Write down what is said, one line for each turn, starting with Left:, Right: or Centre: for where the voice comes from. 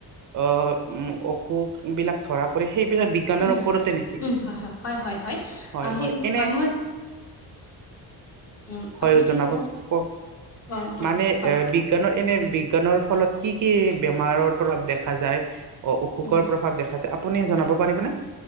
Right: অ অসুখ বিলাক ধৰা পৰে সেইবিলাক বি জ্ঞানৰ
Left: উম
Right: ওপৰতে নেকি
Left: উম হয় হয় হয় হয়
Right: হয়
Left: সেই
Right: হয় এনে
Left: আমাৰ উম
Right: হয়
Left: আপুনি
Right: হয় জনাবছোন
Left: কি ক'ব
Right: ক'ক
Left: অ অ
Right: মানে
Left: হয়
Right: এ বি বিজ্ঞানৰ এনে বিজ্ঞানৰ ফলত কি কি বেমাৰৰ প্ৰভাৱ দেখা যায় অ অসুখৰ
Left: উম
Right: প্ৰভাৱ দেখা যায় আপুনি জনাব পাৰিবনে